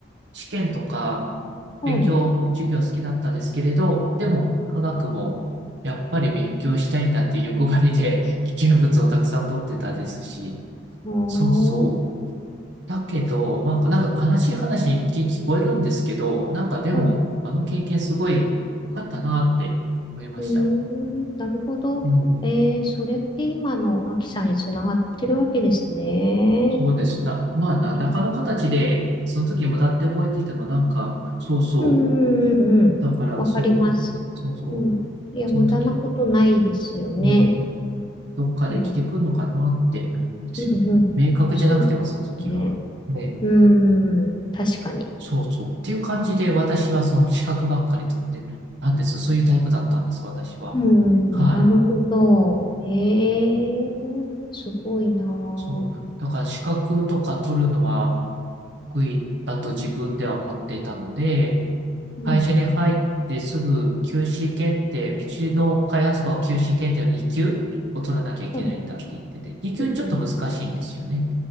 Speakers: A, on the right (about 60°); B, on the left (about 25°).
A: 試験とか、
B: はい。
A: 勉強、授業好きだったんですけれど、でも、科学も、やっぱり勉強したいんだっていう欲張りで、危険物をたくさん取ってたですし、
B: あ
A: そうそう。だけど、まあ、なんか悲しい話一見聞こえるんですけど、なんかでも、
B: ー、はい。
A: あの経験すごい良かったなって思いました。
B: うーん、なるほど。
A: うん。
B: えー、それって今のアキさんにつながってるわけですね。
A: そうですな。まあ、何らかの形で、その時無駄って覚えてても、なんか、そうそ
B: うんうんうんうん。
A: う。だから、
B: わかります。
A: そう、そうそう。
B: うん。いや、
A: その時の、
B: 無駄なことないですよね。
A: うん、どっかで来てくるのかなって思うんですよね。
B: あの、うんうん。
A: 明確じゃなくても、
B: そうですね。
A: その時は。ええ
B: うん、確かに。
A: そうそう。っていう感じで、私はその資格ばっかり取ってたんです。そういうタイプだったんです、私は。
B: うん。
A: はい。
B: なるほど。へえ、すごいな
A: そうなんだから資格とか取るのは
B: ぁ。
A: 得意だと自分では思っていたので、
B: うん
A: 会社に入ってすぐ QC 検定、うちの開発部は QC 検定の2級を取らなきゃいけないんだって言ってて、
B: うん、うん、
A: 2級ちょっと難しいんですよね。
B: うんうん。